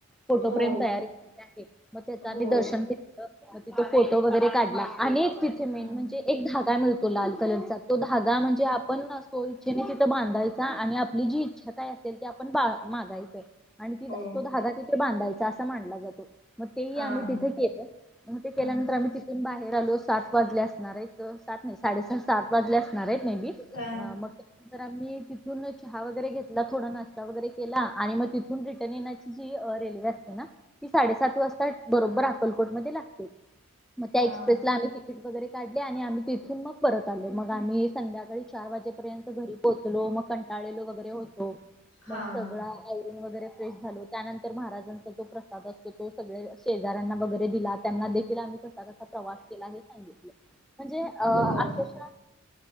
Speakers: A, in the centre; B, on the left (about 70°).
A: फोटो
B: हो
A: फ्रेम तयारी केली आहे मग त्याच
B: हो
A: आम्ही दर्शन घेतलं हो मग तिथो फोटो वगैरे काढला आणि एक तिथे मेन
B: हां
A: म्हणजे एक धागा मिळतो लाल कलरचा तो धागा म्हणजे आपणो इच्छेने तिं बांधाच आपली जी इच्छा काय असेल त आपण मागायच आणि त
B: हो
A: तो धागा बांधायचा असा मानला जातो मग तेही
B: हां
A: आम्ही तिथे केलं मग ते केल्यानंतर
B: हां
A: आम्हीथ पण बाहेर आलो सात वाजले असणार आहेत सात नाही साडेसात सात वाजले असणार आहेत मे बी
B: अ
A: हा मग त्यानंतर आम्ही तिथून चहा वगैरे घेतला थोडा नाश्ता वगैरे केला आणि मग तिथून रिटर्न येण्याची जी रेल्वे असते ना ती साडेसात वाजता बरोबर अक्कलकोटमध्येध्ये लागते मग
B: हां
A: त्या एक्सप्रेसला आम्ही तिकीट वगैरे काढले आणि आम्ही तिथून मग परत आलो मग आम्ही संध्याकाळी चार वाजेपर्यंत घरी पोहोचलो मग कंटाळलो वगैरे होतो
B: हां
A: मग सगळा आयवरण वगैरे फ्रेश झालो त्यानंतर महाराजांचा जो प्रसाद असतो तो सगळे शेजाऱ्यांना वगैरे दिला त्यांना देखील आम्ही कसा कसा प्रवास केला हे सांगितलं म्हणजे अ
B: हो
A: अक्षर्श